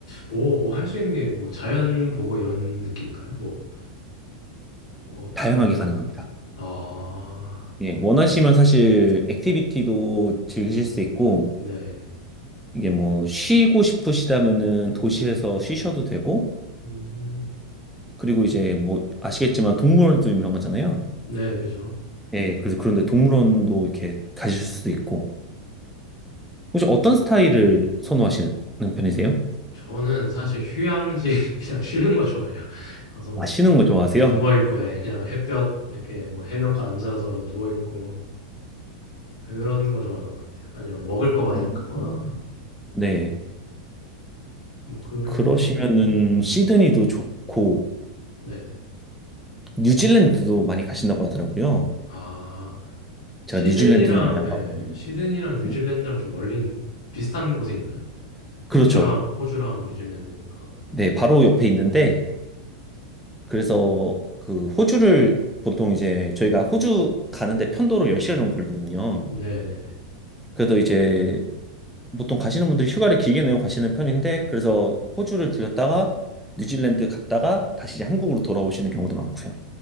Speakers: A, on the left (about 65°); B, in the centre.
A: 뭐, 뭐 할 수 있는 게 뭐 자연 보고 이런 느낌인가요? 뭐. 어,
B: 다양하게
A: 뭐,
B: 가능합니다.
A: 아,
B: 예, 원하시면 사실 액티비티도 즐기실 수 있고,
A: 네.
B: 이게 뭐 쉬고 싶으시다면은 도시에서 쉬셔도 되고,
A: 음,
B: 그리고 이제 뭐 아시겠지만 동물원도 유명하잖아요.
A: 네, 그죠.
B: 예, 그래서 그런데 동물원도 이렇게 가실 수도 있고. 혹시 어떤
A: 어,
B: 스타일을 선호하시는 편이세요?
A: 저는 사실 휴양지 <laughs> 그냥 쉬는 거 좋아해요. 가서 뭐,
B: 아시는 거 좋아하세요?
A: 네, 누워있고, 예, 그냥 햇볕, 이렇게 뭐 해변가 앉아서 누워있고, 그런 거 좋아하는 것 같아요. 아니면 먹을 거 많이
B: 음.
A: 먹거나,
B: 네.
A: 뭐 그런
B: 그러시면은
A: 거, 네.
B: 시드니도 좋고
A: 네네.
B: 뉴질랜드도 많이 가신다고 하더라고요.
A: 아,
B: 제가
A: 시드니랑,
B: 뉴질랜드는 아직 안
A: 예,
B: 가봤는데.
A: 시드니랑 뉴질랜드랑
B: 네.
A: 좀 멀린, 비슷한 곳에 있나요?
B: 그렇죠.
A: 호주랑, 호주랑 뉴질랜드니까.
B: 네, 바로 옆에 있는데 그래서 그 호주를 보통 이제 저희가 호주 가는데 편도로 10시간 정도 걸리거든요.
A: 네네.
B: 그래서 이제 보통 가시는 분들이 휴가를 길게 내고 가시는 편인데 그래서 호주를 들렸다가 뉴질랜드 갔다가 다시 이제 한국으로 돌아오시는 경우도 많고요.